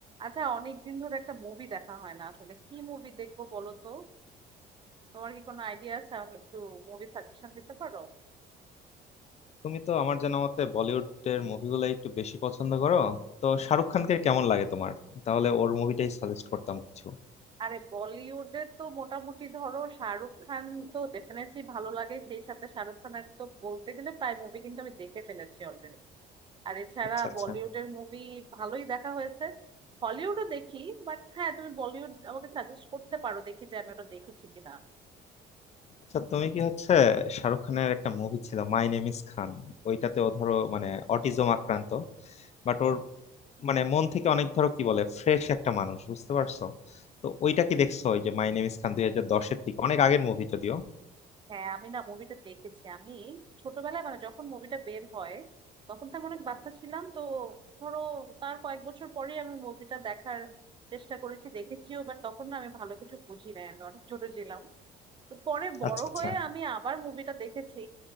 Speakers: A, on the right; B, on the left.
A: আচ্ছা অনেকদিন ধরে একটা মুভি দেখা হয় না আসলে কি মুভি দেখবো বলো তো তোমার কি কোনো আইডিয়া আছে আমাকে একটু মুভি সাজেশন দিতে পারো
B: তুমি তো আমার জানা মতে বলিউডের মুভিগুলো একটু বেশি পছন্দ করো তো শাহরুখ খানকে কেমন লাগে তোমার তাহলে ওর মুভিটাই সাজেস্ট করতাম কিছু
A: আরে বলিউডে তো মোটামুটি ধরো শাহরুখ খান তো ডেফিনেটলি ভালো লাগে সেই সাথে শাহরুখ খানের তো বলতে গেলে প্রায় মুভি কিন্তু আমি দেখে ফেলেছি অলরেডি আর এছাড়া
B: আচ্ছা আচ্ছা
A: বলিউডের মুভি ভালোই দেখা হয়েছে হলিউডও দেখি বাট হ্যাঁ তুমি বলিউড আমাকে সাজেস্ট করতে পারো দেখি যে আমি ওটা দেখেছি কিনা
B: আচ্ছা তুমি কি হচ্ছে শাহরুখ খানের একটা মুভি ছিল মাই নেম ইজ খান ওইটাতে ও ধরো মানে অটিজম আক্রান্ত বাট ওর মানে মন থেকে অনেক ধরো কি বলে ফ্রেশ একটা মানুষ বুঝতে পারছো তো ওইটা কি দেখছো ওই যে মাই নেম ইজ খান দুই হাজার দশের দিকে অনেক আগের মুভি যদিও
A: হ্যাঁ আমি না মুভিটা দেখেছি আমি ছোটবেলায় মানে যখন মুভিটা বের হয় তখন তো আমি অনেক বাচ্চা ছিলাম তো ধরো তার কয়েক বছর পরে আমি মুভিটা দেখার চেষ্টা করেছি দেখেছিও বাট তখন না আমি ভালো কিছু বুঝি না আমি অনেক ছোট ছিলাম তো পরে বড়
B: আচ্ছা আচ্ছা
A: হয়ে আমি আবার মুভিটা দেখেছি